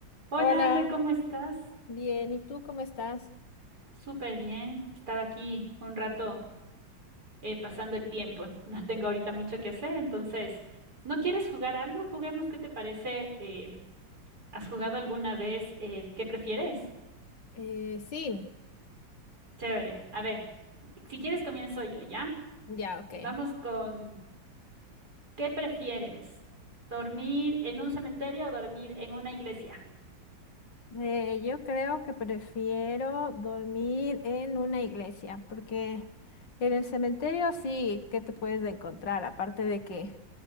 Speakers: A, on the right (about 55°); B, on the left (about 65°).
A: Hola,
B: Hola,
A: André, ¿cómo estás?
B: bien, ¿y tú cómo estás?
A: Súper bien. Estaba aquí un rato eh, pasando el tiempo. <laughs> No tengo ahorita mucho que hacer, entonces, ¿no quieres jugar algo? Juguemos, ¿qué te parece? Eh, ¿has jugado alguna vez el qué prefieres?
B: Eh, sí,
A: Chévere. A ver, si quieres comienzo yo, ¿ya?
B: ya, ok.
A: Vamos con ¿qué prefieres? ¿Dormir en un cementerio o dormir en una iglesia?
B: Eh, yo creo que prefiero dormir en una iglesia, porque en el cementerio sí, ¿qué te puedes encontrar? Aparte de que